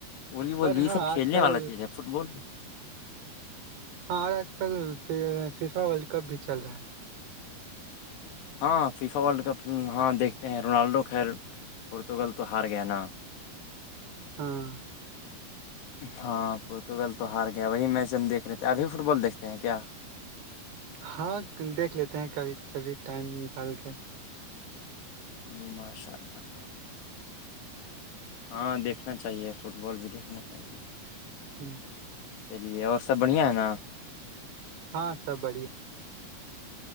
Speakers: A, on the left; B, on the right.
A: بولی بوللی
B: اور
A: یہ
B: ہاں
A: سب
B: آج
A: کھیلنے
B: کل
A: والا چیز ہے فٹ بال بھی
B: ہاں اور آج کل فیفا ورلڈ کپ بھی چل رہا ہے
A: ہاں فیفا ورلڈ کپ فلم ہاں دیکھتے ہیں رونالڈو خیر پورتگل تو ہار گیا نا <inaudible>
B: ہاں
A: <inaudible> ہاں پورتگال تو ہار گیا وہی میچ ہم دیکھ رہے تھے ابھی فٹ بال دیکھتے ہیں کیا
B: ہاں دیکھ لیتے ہیں کبھی کبھی ٹائم نکال کے
A: جی ماشاء اللہ بہت بڑھیا ہاں دیکھنا چاہیے فٹ بال بھی دیکھنا چاہیے
B: ہوں
A: چلیے اور سب بڑھیا ہے نا
B: ہاں سب بڑیا